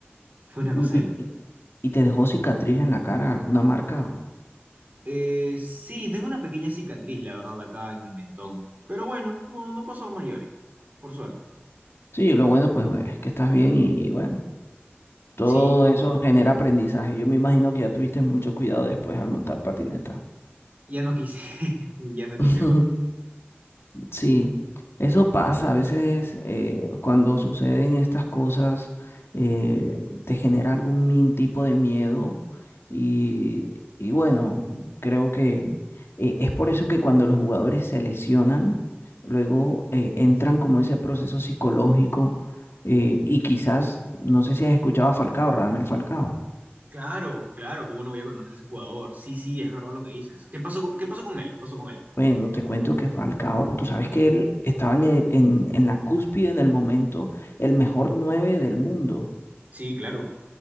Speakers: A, on the right; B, on the left.
A: fue una
B: ¿Y,
A: cosa de locos.
B: y- y te dejó cicatriz en la cara, alguna marca?
A: Eh, sí, tengo una pequeña cicatriz, la verdad, acá en mi mentón. Pero bueno, no, no pasó a mayores, ¿no? Por suerte.
B: Sí, lo bueno pues es que estás bien y, y bueno, todo
A: Sí,
B: eso genera aprendizaje. Yo me imagino que ya tuviste mucho cuidado después al montar patineta.
A: ya no quise, <laughs> ya no quise
B: <laughs>
A: más.
B: Sí, eso pasa. A veces eh, cuando suceden estas cosas, eh, te genera algún min- tipo de miedo y, y bueno, creo que eh, es por eso que cuando los jugadores se lesionan, luego eh, entran como ese proceso psicológico eh, y quizás, no sé si has escuchado a Falcao, Radamel Falcao.
A: Claro, claro, ¿cómo no voy a conocer a ese jugador? Sí, sí, es verdad lo que dices. ¿Qué pasó con, qué pasó con él? ¿Qué pasó con él?
B: Bueno, te cuento que Falcao, tú sabes que él estaba en, el- en, en la cúspide en el momento, el mejor 9 del mundo.
A: Sí, claro.